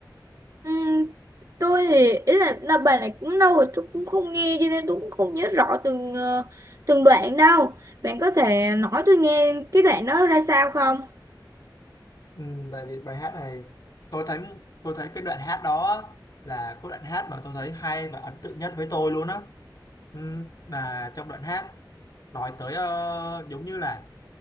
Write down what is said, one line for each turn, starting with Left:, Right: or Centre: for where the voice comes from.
Right: Ừm, tôi thì ý là, là bài này cũng lâu rồi tôi cũng không nghe cho nên tôi cũng không nhớ rõ từng ờ, từng đoạn đâu. Bạn có thể nói tôi nghe cái đoạn đó ra sao không?
Left: Ừ, tại vì bài hát này tôi thấy tôi thấy cái đoạn hát đó á, là có đoạn hát mà tôi thấy hay và ấn tượng nhất với tôi luôn á ừ, là trong đoạn hát nói tới ờ, giống như là